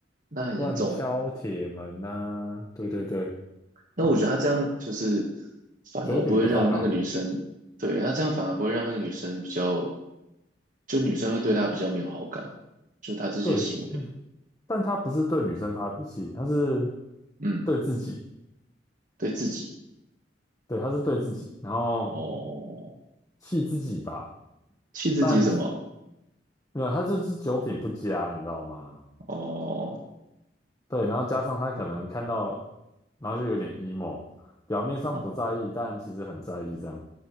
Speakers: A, on the right; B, on the left.
A: 那很严重哎。
B: 乱敲铁门啊，对对对，
A: 那我觉得他这样就是反而不会让那个女生，
B: 酒品不太好，
A: 对，他这样反而不会让那个女生比较，就女生会对他比较没有好感，就他这些行为，
B: 对，嗯，但他不是对女生发脾气，他是
A: 嗯，
B: 对自己，
A: 对自己，
B: 对，他是对自己，然后
A: 哦。
B: 气自己吧，
A: 气自己什么？
B: 但没有，他就是酒品不佳，你知道吗？
A: 哦，
B: 对，然后加上他可能看到，然后就有点 emo，表面上不在意，
A: 哦，
B: 但其实很在意这样。